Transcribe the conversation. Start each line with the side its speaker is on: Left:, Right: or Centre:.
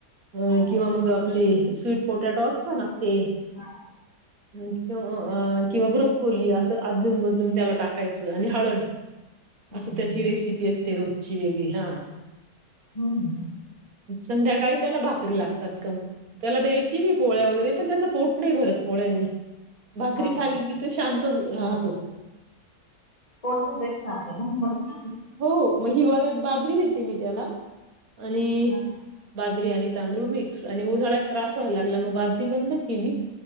Right: अ-किंवा
Left: हा हा
Right: मग ते, स्वीट पोटॅटो असत ना ते,
Left: हम.
Right: ं किंवा ब्रोकोली असं अदलून बदलून त्याला टाकायचं आणि हळद.
Left: हम्म
Right: असं त्याची रेसिपी असते रोज. शिवेगरी हा <inaudible>
Left: हम्म.
Right: संध्याकाळी त्याला भाकरी लागतात कम. त्याला द्यायची मी पोळ्या वगैरे पण त्याच पोट नाही, भरत पोळ्यांनी. भाकरी
Left: हा
Right: खाली
Left: हा
Right: की ती शांत राहतो.
Left: कोणत बच शांत <unintelligible>
Right: हो हो मग हिवाळ्यात बाजरी देते मी त्याला. आणि
Left: हा हा
Right: बाजरी आणि तांदूळ मिक्स. आणि उन्हाळ्यात त्रास व्हायला लागला, मग बाजरी बंद केली.